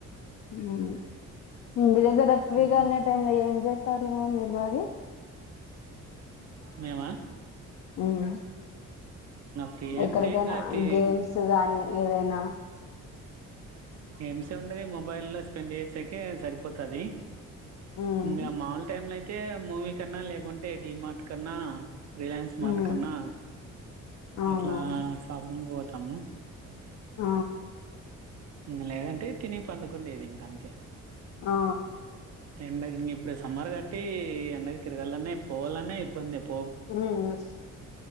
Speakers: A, on the left; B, on the right.
A: హ్మ్మ్ మీ ఇంటి దగ్గర ఫ్రీగా
B: హ్మ్
A: ఉన్న టైమ్ లో ఏం చేస్ తరు మీరు బాగా
B: మేమ
A: హ్మ్మ్
B: ఫ్రీ
A: ఎక్కడికైనా
B: అంటే ఇంగ తి
A: గేమ్స్ గానీ ఏదైనా
B: గేమ్స్ అండి మొబైల్ లో స్పెండ్ చేసాకే సరిపోతది
A: ఉమ్
B: ఇంకా మాముూలు టైమ్ లో అయితే మూవీ కన్నా లేకుంటే డిమార్ట్ కన్నా రిలయన్స్ స్మార్ట్
A: ఉమ్
B: కన్నా
A: అవునవును
B: అట్లా షాపింగ్ కి పోతాము
A: ఆ
B: ఇంగ లేదంటే తినీ పడుకుండేది ఇంకా అంతే
A: ఆ
B: ఎండగ ఇంగిప్పుడు సమ్మర్ కాబట్టి ఎండగ తిరగాలని పోవాలనే ఇబ్బంది ఎప్పుడు
A: హ్మ్మ్